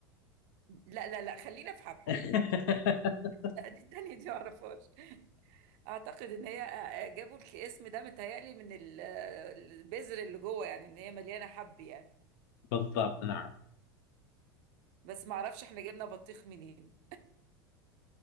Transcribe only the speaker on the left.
<laughs>
بالضبط نعم